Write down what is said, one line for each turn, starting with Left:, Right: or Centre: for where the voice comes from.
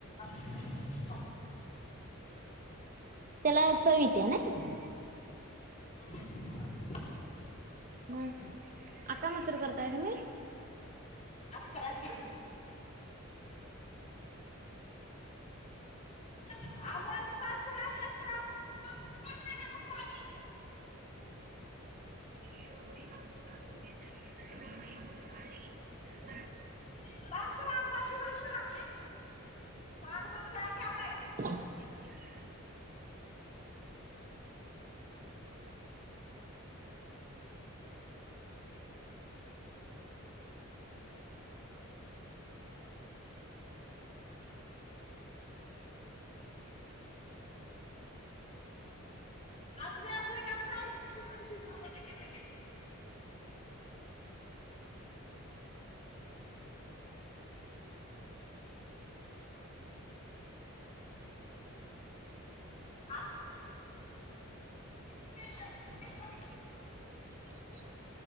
Left: <inaudible>
Right: त्याला चव येत्या नाय.
Left: <inaudible>
Right: हम अक्का मसूर करताय तुम्ही
Left: आज करा की अ पास पास.
Right: <inaudible>
Left: बास करा. पाठ पण करा की आबा
Right: ह.
Left: असुद्या असू दे गप्प बसा. <inaudible>
Right: <inaudible>